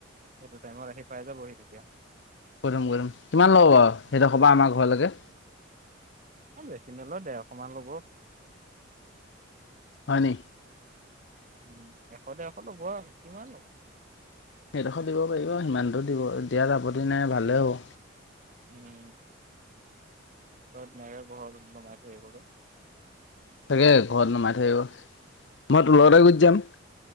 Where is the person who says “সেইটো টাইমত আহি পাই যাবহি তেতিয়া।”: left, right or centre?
Right